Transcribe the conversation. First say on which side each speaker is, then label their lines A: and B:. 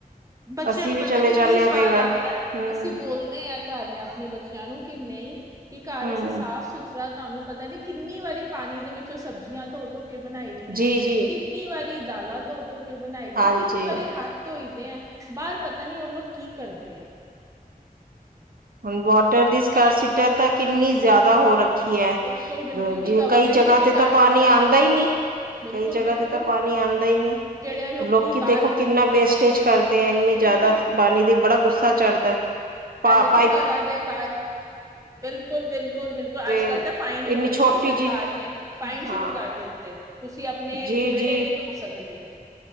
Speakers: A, on the right (about 20°); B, on the right (about 65°).
A: ਬੱਚਿਆਂ
B: ਅਸੀਂ
A: ਨੂੰ
B: ਵੀ
A: ਪਤਾ
B: ਚਲੇ
A: ਨੀ
B: ਜਾਂਦੇ
A: ਕੀ ਸਵਾਦ
B: ਹਾਂ ਕਈ ਵਾਰ
A: ਆਉਂਦਾ
B: ਹਮ
A: ਅਸੀਂ ਬੋਲਦੇ ਹਾਂ ਘਰ ਮੈਂ ਆਪਣੇ ਬੱਚਿਆਂ ਨੂੰ ਕਿੰ ਨਹੀਂ ਕਿ ਘਰ
B: ਹਮ
A: ਅਸੀਂ ਸਾਫ ਸੁਥਰਾ ਤੁਹਾਨੂੰ ਪਤਾ ਨੀ ਕਿੰਨੀ ਵਾਰੀ ਪਾਣੀ ਦੇ ਵਿੱਚੋਂ ਸਬਜ਼ੀਆਂ ਧੋ ਤੋਂ ਕੇ ਬਣਾਈ ਦੀ
B: ਜੀ
A: ਹੈ
B: ਜੀ।
A: ਕਿੰਨੀ ਵਾਰੀ ਡਾਲਾਤੋਂ ਧੋ ਕੇ ਬਣਾਈ ਦੀ
B: ਹਾਂਜੀ
A: ਕਿੰਨੀ ਵਾਰੀ ਹੱਥ ਧੋਈਦੇ ਹੈ ਬਾਹਰ ਪਤਾ ਨੀ ਉਹ ਲੋਕ ਕੀ ਕਰਦੇ ਹੈ
B: ਹੁਣ ਵੋਟਰ ਦੀ ਸਕਰ ਸੀ ਤਾ ਕਿੰਨੀ ਜ਼ਿਆਦਾ ਹੋ ਰੱਖ ਰੱਖੀ ਹੈ
A: ਬਿਲਕੁਲ ਬਿਲਕੁਲ ਜੀ
B: ਜਿਵੇ
A: ਗਵਰਨਮੈਂਟ
B: ਕਈ ਜਗ੍ਹਾ
A: ਨੇ ਵੀ
B: ਤੇ ਤਾਂ
A: ਕਰ
B: ਪਾਣੀ
A: ਦਿੱਤਾ
B: ਆਂਦਾ ਹੀ ਨਹੀਂਕਈ
A: ਬਿਲਕੁਲ
B: ਜਗ੍ਹਾ
A: ਬਿਲਕੁਲ
B: ਤੇ ਤਾਂ ਪਾਣੀ ਅੰਦਰ ਹੀ ਨਹੀਂ
A: ਜਿਹੜੇ
B: ਤੇ ਲੋਕੀ
A: ਬਾਹਰ
B: ਦੇਖੋ ਕਿੰਨਾ ਵੇਸਟੇਜ ਕਰਦੇ ਅਤ ਇੰਨੀ
A: ਬਿਲਕੁਲ
B: ਜ਼ਿਆਦਾ ਪਾਣੀ ਦੀ ਬੜਾ ਗੁੱਸਾ ਚੜ੍ਹਦਾ ਪਾਪ
A: ਇਹ ਦੇਖੋ ਘਰਾਂ ਦੇ ਬਾਹਰ ਬਿਲਕੁਲ ਬਿਲਕੁਲ ਬਿਲਕੁਲ
B: ਤੇ
A: ਅੱਜ ਕੱਲ ਤਾਂ ਫਾਈਨ ਹੋ
B: ਇੰਨੀ
A: ਗਏ
B: ਛੋਟੀ
A: ਜੀ ਸਰਕਾਰ
B: ਜਿਹੀ
A: ਨੇ ਫਾਈਨ
B: ਹਾਂ
A: ਸ਼ੁਰੂ ਕਰ ਦਿੱਤੀ <unintelligible> ਤੁਸੀਂ ਆਪਣੇ
B: ਜੀ
A: ਵਿਹੜੇ
B: ਜੀ
A: ਨਹੀਂ ਧੋ ਸਕਦੇ